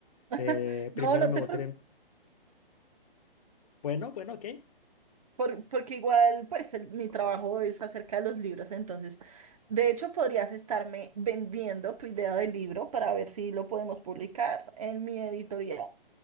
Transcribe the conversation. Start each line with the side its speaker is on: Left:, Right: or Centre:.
Right: <laughs>
Left: Eh,
Right: No,
Left: primero
Right: no
Left: me
Right: te
Left: gustaría...
Right: preocupes.
Left: Bueno, bueno, ok.
Right: Por- porque igual, pues el- mi trabajo es acerca de los libros, entonces, de hecho, podrías estarme vendiendo tu idea de libro para ver si lo podemos publicar en mi editorial.